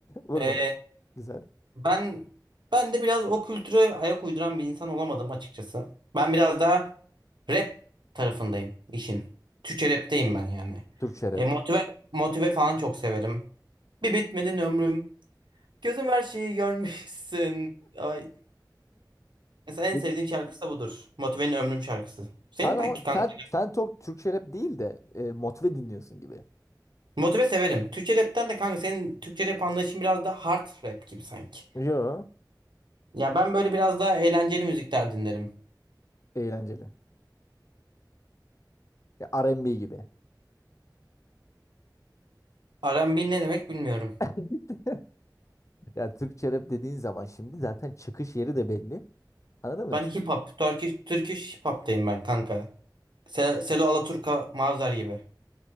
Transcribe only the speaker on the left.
Vur
bana. Güzel.
Türkçe rap.
Peki.
Sen
ama
sen sen çok Türkçe rap değil de e, motive dinliyorsun gibi.
Yo.
Eğlenceli. Ya R&B gibi.
<laughs> Ya Türkçe rap dediğin zaman şimdi zaten çıkış yeri de belli. Anladın mı?
Türk